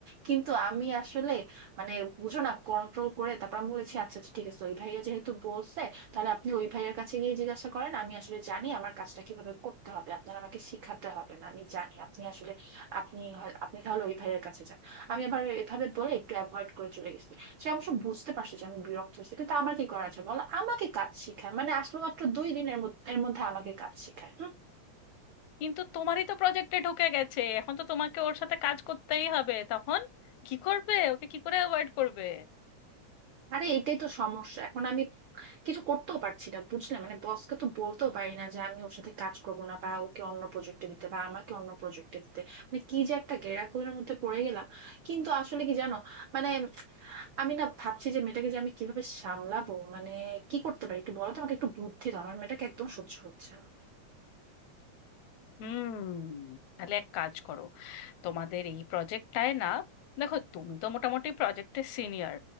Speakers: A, on the right (about 75°); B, on the left (about 80°).
A: কিন্তু আমি আসলে মানে বুঝো না কন্ট্রোল করে তারপর আমি বলেছি আচ্ছা আচ্ছা ঠিক আছে ওই ভাইয়া যেহেতু বলছে তাহলে আপনি ওই ভাইয়ার কাছে গিয়ে জিজ্ঞাসা করেন আমি আসলে জানি আমার কাজটা কিভাবে করতে হবে আপনার আমাকে শিখাতে হবে না আমি জানি আপনি আসলে আপনি হয়- আপনি তাহলে ওই ভাইয়ের কাছে যান আমি আবার এভাবে বলে একটু অ্যাভয়েড করে চলে গেছি সে অবশ্য বুঝতে পারছে যে আমি বিরক্ত হয়েছি কিন্তু আমার কি করা যায় বলো আমাকে কাজ শিখায় মানে আসলে মাত্র দুই দিনের মধ্যে এর মধ্যে আমাকে কাজ শিখায় হুম,
B: কিন্তু তোমারই তো প্রজেক্টে ঢুকে গেছে এখন তো তোমাকে ওর সাথে কাজ করতেই হবে তখন কি করবে ওকে কি করে অ্যাভয়েড করবে
A: আরে এটাই তো সমস্যা এখন আমি কিছু করতেও পারছি না বুঝলে মানে বসকে তো বলতেও পারি না যে আমি ওর সাথে কাজ করবো না বা ওকে অন্য প্রজেক্টে দিতে বা আমাকে অন্য প্রজেক্টে দিতে মানে কি যে একটা গেঁড়াখুলির মধ্যে পড়ে গেলাম কিন্তু আসলে কি জানো মানে আমি না ভাবছি যে মেয়েটাকে যে আমি কিভাবে সামলাবো মানে কি করতে পারি একটু বলো তো আমাকে একটু বুদ্ধি দাও আমার মেয়েটাকে একদম সহ্য হচ্ছে না
B: হুম তাহলে এক কাজ করো তোমাদের এই প্রজেক্টটায় না দেখো তুমি তো মোটামুটি প্রজেক্টের সিনিয়র